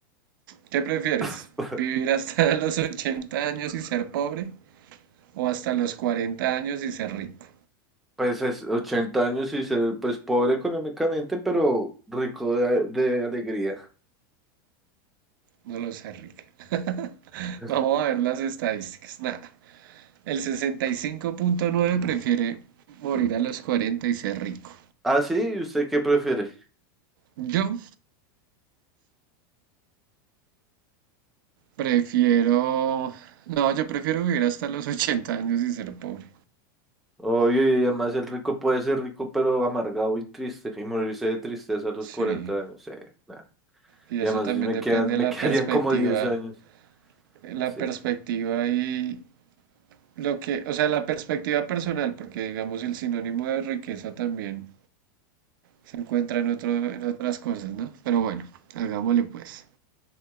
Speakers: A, on the right (about 75°); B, in the centre.
A: ¿Qué prefieres?
B: <laughs>
A: ¿Vivir hasta <laughs> los 80 años y ser pobre? ¿O hasta los 40 años y ser rico?
B: Pues es ochenta años y ser pues pobre económicamente, pero rico de, de alegría.
A: No lo sé, rica. <laughs>
B: <laughs>
A: Vamos a ver las estadísticas. Nada. El sesenta y cinco punto nueve prefiere morir a los 40 y ser rico.
B: Ah, sí, ¿y usted qué prefiere?
A: Yo Prefiero... No, yo prefiero vivir hasta los <laughs> 80 años y ser pobre.
B: Oye, y además el rico puede ser rico, pero amargado y triste, y morirse de tristeza a los cuarenta
A: Sí,
B: años. Sí, nada.
A: y
B: Y
A: eso
B: además
A: también
B: sí me
A: depende
B: quedan,
A: de
B: me
A: la
B: <laughs> quedarían
A: perspectiva,
B: como 10 años.
A: la
B: Sí,
A: perspectiva y lo que, o sea, la perspectiva personal, porque digamos el sinónimo de riqueza también se encuentra en otro, en otras cosas, ¿no? Pero bueno, hagámosle pues.